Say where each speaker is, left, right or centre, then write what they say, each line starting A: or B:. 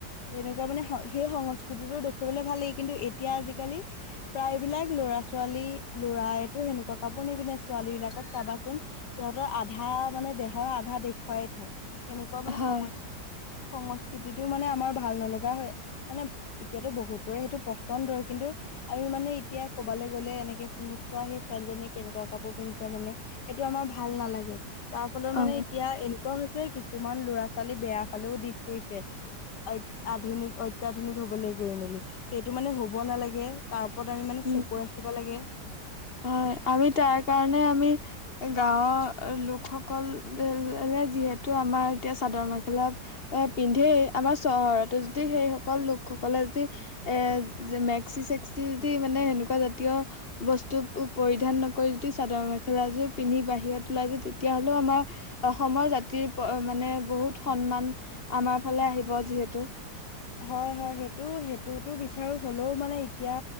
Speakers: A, on the left (about 75°); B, on the left (about 35°).
A: এনেকুৱা মানে সেই সংস্কৃতিটো দেখিবলৈ ভাল লাগে, কিন্তু এতিয়া আজিকালি প্ৰায় প্ৰায় বিলাক ল'ৰা-ছোৱালী ল'ৰাইতো সেনেকুৱা কাপোৰ নিপিন্ধে, ছোৱালী বিলাকক চাবাচোন। সিহঁতৰ আধা মানে দেহৰ আধা দেখুৱাই থয়। সেনেকুৱা মানে
B: হয়
A: সংস্কৃতি সংস্কৃতিটো মানে আমাৰ ভাল নলগা হয় মানে এতিয়াতো বহুতৰে সেইটো পচন্দৰ। কিন্তু আমি মানে এতিয়া ক'বালে গ'লে এনেকে শুনোচোৱা সেই ছোৱালীজনীয়ে কেনেকুৱা কাপোৰ পিন্ধিছে মানে সেইটো আমাৰ ভাল নালাগে তাৰ ফলত
B: অ
A: মানে এতিয়া এনে কোৱা হৈছে, কিছুমান লৰা ছোৱালী বেয়া ফালেও দিশ কৰিছে। অ', আধুনিক অত্যাধুনিক হবলৈ গৈ মেলি সেইটো মানে হ'ব নালাগে তাৰ ওপৰত আমি মানে
B: উম,
A: চকু ৰাখিব লাগে
B: হয় আমি তাৰ কাৰণে আমি গাঁৱৰ লোকসকললে যিহেতু আমাৰ এতিয়া চাদৰ মেখেলা আহ পিন্ধেই আমাৰ চহৰতো যদি সেই সকল লোকসকলে যদি এ মেক্সি চেক্সি মানে সেনেকুৱা জাতীয় বস্তু পৰিধান নকৰি যদি চাদৰ মেখেলাযোৰ পিন্ধি বাহিৰত ওলাই যায় তেতিয়াহ'লেও আমাৰ অসমৰ জাতিৰ মানে বহুত সন্মান আমাৰ ফালে আহিব যিহেতু
A: হয়, হয় সেইটো সেইটোতো বিচাৰো হ'লেও মানে এতিয়া